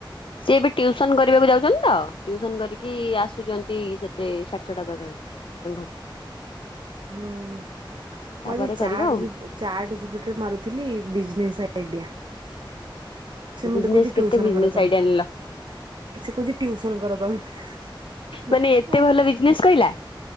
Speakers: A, on the left (about 80°); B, on the right (about 65°).
A: ସିଏ ଏବେ ଟିଉସନ କରିବାକୁ ଯାଉଛନ୍ତି ତ ଟିଉସନ କରିକି ଆସୁଛନ ନ୍ତି ସେତେ ସାଢେ ଛଅଟା ପାଖା ପାଖି ତାଙ୍କ ଘରୁ।
B: ହୁଁ ମୁଁ
A: ତାପରେ
B: ଆଜି
A: କରିବ
B: ଚାଟଜିପି
A: ଆଉ
B: ଚାର୍ଟ ଜପିଟିରେ ମାରୁଥିଲି ବିଜନେସ୍ ଆଇଡିଆ। ସେ ମତେ
A: ବିଜନେସ
B: କହୁଛି
A: କେତେ
B: ଟ୍ୟୁସନ
A: ବିଜନେସ
B: କର ତମେ।
A: ଆଇଡିଆ ନେଲ।
B: ସେକହୁଛି ଟ୍ୟୁସନ କର ତମେ।
A: ମାନେ ଏତେ ଭଲ ବିଜନେସ କହିଲା